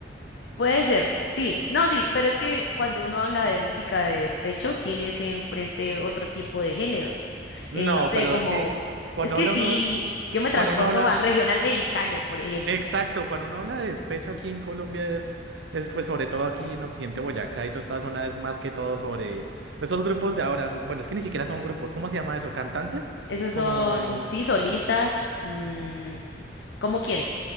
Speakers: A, on the left (about 70°); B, on the right (about 85°).
A: Puede ser, sí, no, sí, pero es que cuando uno habla de música de despecho, tienes enfrente otro tipo de géneros.
B: No,
A: Eh, no sé,
B: pero
A: como,
B: es que cuando
A: es que
B: habla
A: sí,
B: uno,
A: yo me transporto
B: cuando uno habla...
A: al regional mexicano, por ejemplo.
B: Exacto, cuando uno habla de despecho aquí en Colombia es, es pues sobre todo aquí en Occidente Boyacá y toda esta zona es más que todo sobre esos grupos de ahora, bueno, es que ni siquiera son grupos, ¿cómo se llama eso? ¿Cantantes?
A: Esos
B: Como,
A: son, sí, solistas, mm, ¿cómo quién?